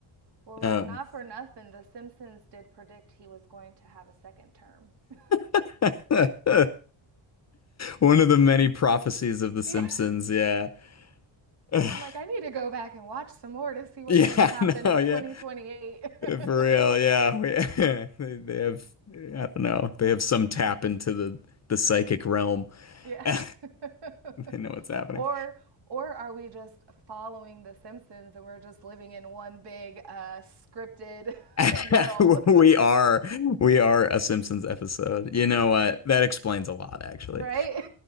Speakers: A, on the right; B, on the left.
A: Well, look,
B: Um,
A: not for nothing, The Simpsons did predict he was going to have a second term. <laughs>
B: <laughs> one of the many prophecies of The Simpsons.
A: Yeah.
B: Yeah, <sighs>
A: I'm like, I need to go back and watch some more to see what's
B: yeah,
A: going to happen
B: <laughs> no,
A: in
B: yeah.
A: 2028. <laughs>
B: For real, yeah. We, <laughs> they, they have, I don't know, they have some tap into the the psychic realm.
A: Yeah.
B: <laughs>
A: <laughs>
B: They know what's happening.
A: or or are we just following The Simpsons and we're just living in one big uh, scripted
B: <laughs>
A: <laughs> world,
B: We are we are a Simpsons episode. You know what? That explains a lot, actually.
A: <laughs> right?